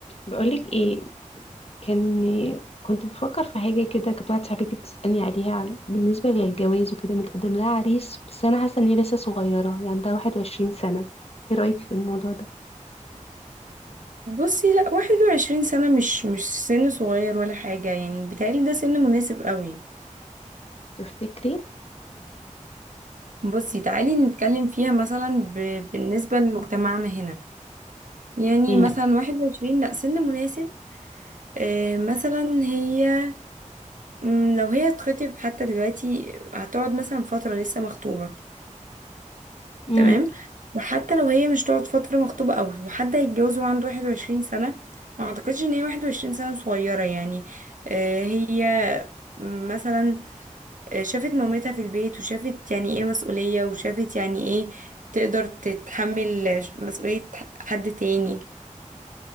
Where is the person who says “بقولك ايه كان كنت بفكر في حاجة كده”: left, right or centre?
Left